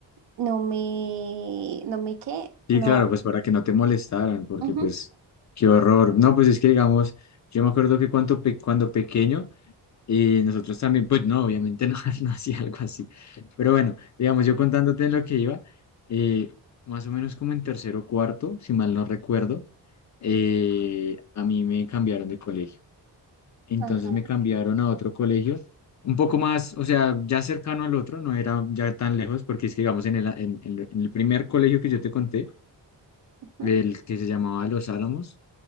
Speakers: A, on the right (about 65°); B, on the left (about 40°).
A: no me, no me qué,
B: Sí,
A: no.
B: claro, pues para que no te molestaran, porque
A: Ujú,
B: pues qué horror. No, pues es que digamos, yo me acuerdo que cuando, pe- cuando pequeño, eh, nosotros también, pues no, obviamente no, <laughs> no hacía algo así. Pero bueno, digamos, yo contándote lo que iba, eh, más o menos como en tercero o cuarto, si mal no recuerdo, eh, a mí me cambiaron de colegio. Entonces
A: ajá,
B: me cambiaron a otro colegio, un poco más, o sea, ya cercano al otro, no era ya tan lejos, porque es que digamos, en el, en en- en el primer colegio que yo te conté,
A: ujú.
B: el que se llamaba Los Álamos,